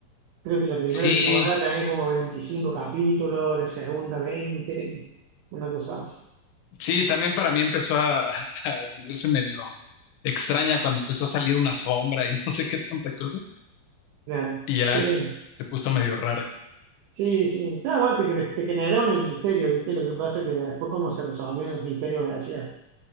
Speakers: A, on the right; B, on the left.
A: Creo que la primera
B: Sí,
A: temporada tenía como 25 capítulos, la segunda veinte una cosa así.
B: sí, también para mí empezó a, <laughs> a volverse medio extraña cuando empezó a salir una sombra y <laughs> no sé qué tanta cosa.
A: Claro.
B: Y
A: Sí,
B: ya se puso medio rara.
A: sí, sí. Ah, bueno, te, cre- te generaron el misterio, ¿viste? Lo que pasa es que después cómo se resolvían los misterios gracias